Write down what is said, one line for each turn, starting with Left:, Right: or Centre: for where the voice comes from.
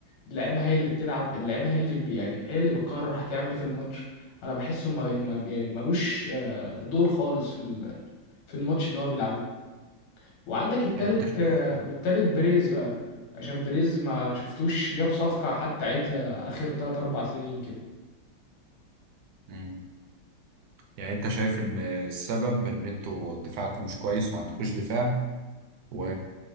Left: اللعيبه هي اللي بتلعب اللعيبه هي اللي بي يعني هي اللي بتقرر هتعمل ايه في الماتش انا بحسه ما ما- يعني ملوش آه، دور خالص في ال- في الماتش اللي هو بيلعبه وعندك التالت
Right: يعني انت شايف
Left: آه، والتالت بريز بقى عشان بريز ما شفتوش جاب صفقة حتى عدلة آخر 3 4 سنين كده
Right: مم. يعني انت شايف ان السبب ان انتوا دفاعكم مش كويس ما عندكوش دفاع و...